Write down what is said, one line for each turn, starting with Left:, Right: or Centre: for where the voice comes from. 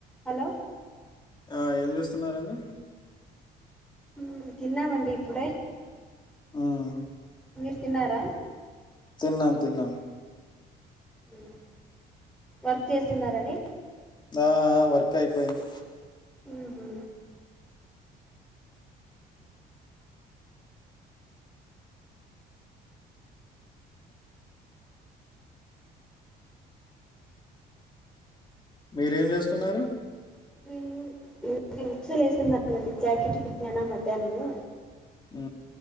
Centre: Hello
Left: ఆ ఏం చేస్తున్నారండి
Centre: ఉ తిన్నామండి ఇప్పుడే
Left: ఉమ్
Centre: మీరు తిన్నారా
Left: తిన్నాన్ తిన్నాన్
Centre: హు వర్క్ చేస్తున్నార అండి
Left: ఆ ఆ వర్క్ అయ్పోయింది
Centre: ఉ హు
Left: మీరేం జేస్తున్నారు
Centre: మేము ఈ హుక్సులేస్తున్నానండి జాకిట్ కుట్ననా మద్యనము
Left: ఉ